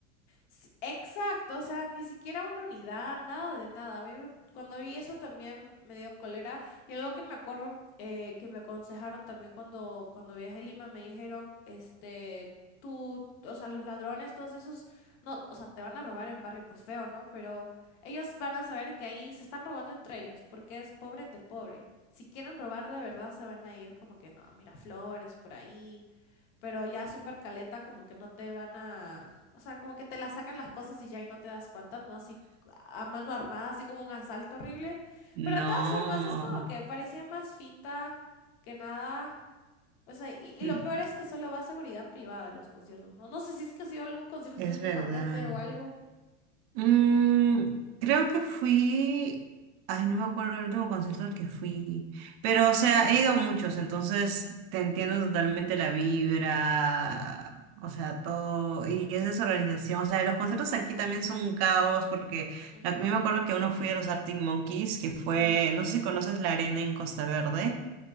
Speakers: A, on the left; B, on the right.
A: S- Exacto, o sea, ni siquiera una unidad, nada de nada. A mí me- cuando vi eso también me dio cólera y algo que me acuerdo eh, que me aconsejaron también cuando, cuando viajé a Lima me dijeron, este, tú, o sea, los ladrones, todos esos, no, o sea, te van a robar en barrio pues feo, ¿no? Pero ellos van a saber que ahí se están robando entre ellos porque es pobre entre pobre. Si quieren robar de verdad se van a ir como que no, a Miraflores, por ahí pero ya súper caleta, como que no te van a, o sea, como que te la sacan las cosas y ya y no te das cuenta, ¿no? Así a mano armada, así como un asalto horrible. Pero de
B: No,
A: todas formas, es como que parecía más finta que nada. O sea, y, y
B: mm,
A: lo peor es que solo va a seguridad privada a los conciertos, ¿no? No sé si es que ha sido algún concierto
B: es
A: últimamente
B: verdad.
A: o algo.
B: Mm, creo que fui, ay, no me acuerdo el último concierto al que fui, pero o sea, he ido a muchos, entonces te entiendo totalmente la vibra, o sea, todo, y es desorganización, o sea, los conciertos aquí también son un caos, porque
A: Ujú,
B: a mí me acuerdo que uno fui a los Arctic Monkeys, que fue,
A: Ajá.
B: no sé si conoces la arena en Costa Verde